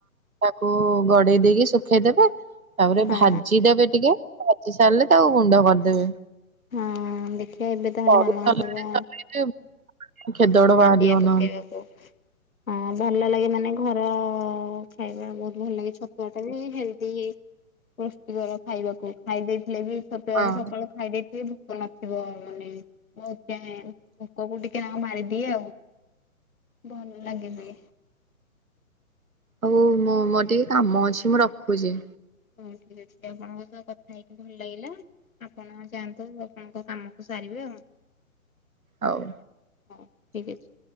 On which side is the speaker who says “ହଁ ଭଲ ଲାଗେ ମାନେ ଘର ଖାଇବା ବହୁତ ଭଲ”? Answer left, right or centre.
Left